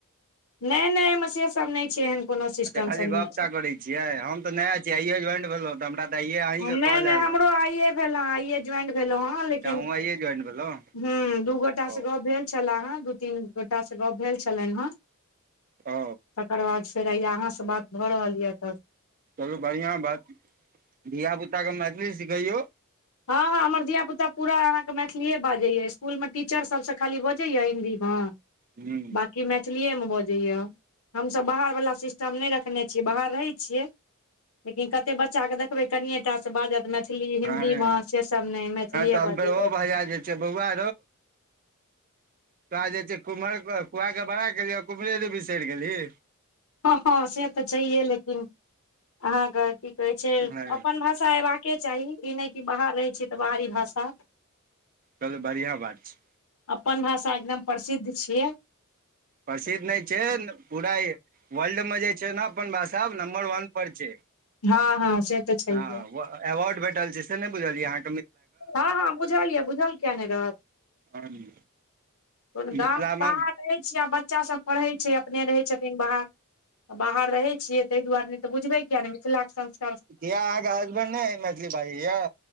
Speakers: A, on the left; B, on the right.
A: नहि नहि एहिमे से सब नहि छै एहन कोनो सिस्टम
B: अच्छा खाली
A: सब
B: गपटा
A: नहि
B: करैत छियै हम तऽ नया छियै आइये ज्वाइन भेलहुँ तऽ हमरा तऽ आइए
A: छै
B: अहींके
A: नहि
B: कॉल
A: नहि
B: एलऽ
A: हमरो आइये आइये ज्वाइन भेलु हन लेकिन
B: अच्छा अहूँ आइये ज्वाइन भेलहुँ
A: हूँ दू गोटा
B: ओ
A: से गप्प भेल छलाह हें दू तीन गोटा से गप भेल छलनि हें
B: ओ
A: तकर बाद फेर हैये अहाँसँ बात भऽ रहल ये तब
B: चलू बढ़ियाँ बात धिआपुताके मैथिली सिखैयौ
A: हँ हँ हमर धिया पुता पूरा अहाँ के मैथिलीेये बाजैये स्कूल मे टीचर सब सँ खाली बज जैये हिन्दीमे
B: हूँ
A: कि मैथिलीएमे बजैए हमसभ बाहरवला सिस्टम नहि रखने छियै बाहर रहै छियै लेकिन कते बच्चा के देखबै कनिये टा से बाजत मैथिली मैथिली हिन्दीमे
B: हँ
A: से सब नहि मैथिलीए
B: तहन
A: बाजैये
B: फेर ओ भैया जे छै बौआ तो आ जे छै कुम्हर कुआके बड़ाइ केलही आ कुम्हरे के बिसरि गेलही
A: हँ हँ से तऽ छैहे लेकिन अहाँके की कहै छै
B: हँ
A: अपन भाषा एबाक के चाही ई नहि कि बाहर रहै छियै तऽ बाहरी भाषा
B: चलु बढ़ियाँ बात छै
A: अपन भाषा एकदम प्रसिद्ध छियै
B: प्रसिद्ध नहि छै पूरा वर्ल्ड मे जे छै ने अपन भाषा आब नम्बर वन पर छै
A: हँ हँ से तऽ छैहे
B: हँ एवार्ड भेटल छै से नहि बुझलियै अहाँ
A: हँ हँ बुझल यऽ बुझल किएक नहि रहत
B: हँ
A: कोनो
B: मिथिलामे
A: गाम बाहर रहै छियै आ बच्चा सभ पढ़ै छै अपने रहै छथिन बाहर बाहर रहै छियै ताहि दुआरे नै तऽ बुझबै किये नहि मिथिलाके संस्
B: किये अहाँके हसबैंड नै मैथिली बाजै ये